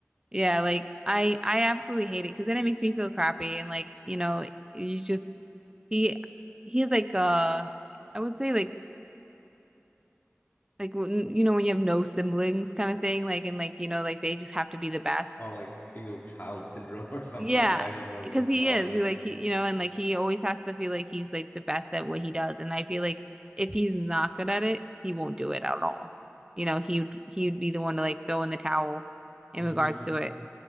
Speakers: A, on the right; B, on the left.
A: Yeah, like I I absolutely hate it because then it makes me feel crappy and like, you know, you just he he's like uh I would say like Like when, you know when you have no siblings kind of thing, like and like you know like they just have to be the best.
B: Oh, like single child syndrome <laughs> or something
A: Yeah,
B: like that. I don't know
A: because
B: what it's
A: he
B: called
A: is.
B: exactly.
A: He like he, you know and like he always has to feel like he's like the best at what he does. And I feel like if he's not good at it, he won't do it at all. You know, he would he would be the one to like throw in the towel in
B: Mm-hmm.
A: regards to it.